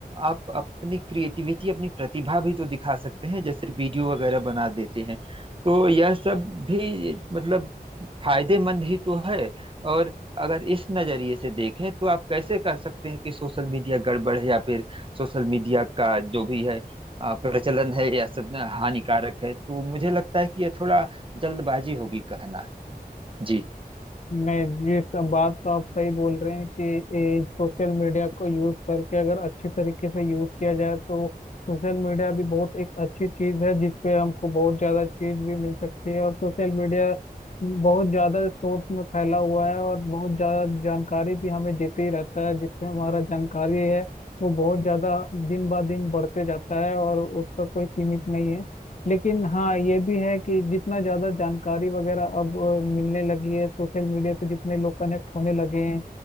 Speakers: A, on the right; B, on the left.
A: आप अपनी क्रिएटिविटी अपनी प्रतिभा भी तो दिखा सकते हैं जैसे वीडियो वगैरह बना देते हैं तो यह सब भी मतलब फायदेमंद ही तो है और अगर इस नजरिए से देखें तो आप कैसे कह सकते हैं कि सोशल मीडिया गड़बड़ है या फिर सोशल मीडिया का जो भी है अ, प्रचलन है या सब ना हानिकारक है तो मुझे लगता है कि यह थोड़ा जल्दबाजी होगी कहना जी
B: नहीं ये सब बात तो आप सही बोल रहे हैं कि सोशल मीडिया को यूज करके अगर अच्छी तरीके से यूज किया जाए तो सोशल मीडिया भी बहुत एक अच्छी चीज है जिसपे हमको बहुत ज्यादा चीज भी मिल सकती है और सोशल मीडिया बहुत ज्यादा स्रोत में फैला हुआ है और बहुत ज्यादा जानकारी भी हमें देते ही रहता है जिससे हमारा जानकारी है वो बहुत ज्यादा दिन ब दिन बढ़ते जाता है और उसका कोई सीमित नहीं है लेकिन हाँ ये भी है कि जितना ज्यादा जानकारी वगैरह अब अ, मिलने लगी है सोशल मीडिया से जितने लोग कनेक्ट होने लगे हैं